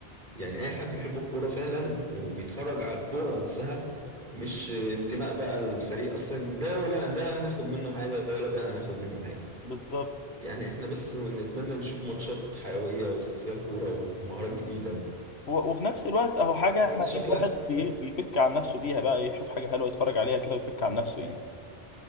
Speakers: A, on the right (about 50°); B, on the left (about 85°).
A: يعني أي حد بيحب الكورة فعلا وبيتفرج على الكورة نفسها مش انتماء بقى الفريق أصلا ده ولا ده هناخد منه حاجة ولا ده هناخد منه حاجة
B: بالظبط
A: يعني احنا بس نتمنى نشوف ماتشات حيوية وفيها كورة ومهارات جديدة
B: و... وفي نفس الوقت اهو حاجه
A: بس
B: احنا
A: انت شكلك
B: ايه الواحد بي... بيفك عن نفسه بيها بقى يشوف حاجه حلوه يتفرج عليها كده ويفك عن نفسه يعني